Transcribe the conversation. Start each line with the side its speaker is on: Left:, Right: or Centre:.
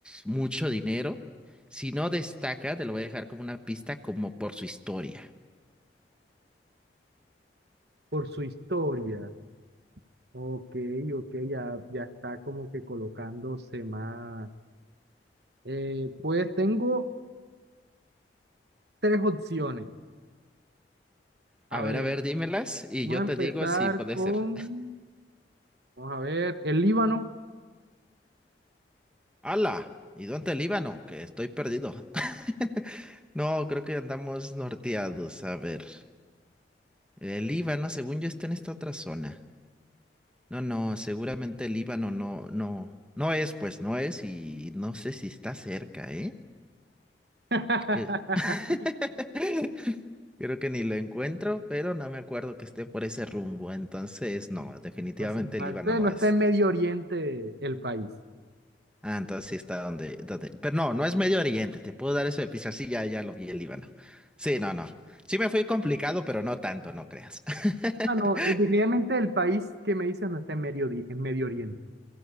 Centre: mucho dinero. Si no destaca, te lo voy a dejar como una pista, como por su historia.
Right: Por su historia. Ok, ok, ya, ya está como que colocándose más. Eh, pues tengo tres opciones.
Centre: A
Right: A
Centre: ver,
Right: ver,
Centre: a ver, dímelas y
Right: vamos
Centre: yo te
Right: a empezar
Centre: digo si puede
Right: con,
Centre: ser.
Right: vamos a ver, el Líbano.
Centre: ¡Hala! ¿Y dónde el Líbano? Que estoy perdido. <laughs> No, creo que andamos norteados. A ver. El Líbano, según yo, está en esta otra zona. No, no, seguramente el Líbano no, no, no es, pues no es, y no sé si está cerca, ¿eh?
Right: <laughs>
Centre: Que- <laughs> creo que ni lo encuentro, pero no me acuerdo que esté por ese rumbo. Entonces, no, definitivamente
Right: Entonces, mal,
Centre: el Líbano
Right: pero
Centre: no
Right: no
Centre: es.
Right: está en Medio Oriente el país.
Centre: Ah, entonces sí está donde, donde. Pero no, no es Medio Oriente. Te puedo dar eso de pizza. Sí, ya, ya lo vi el Líbano. Sí, no, no. Sí me fui complicado, pero no tanto, no creas. <laughs>
Right: Ah, no, eh, definitivamente el país que me dice no está en Medio, Ori- en Medio Oriente.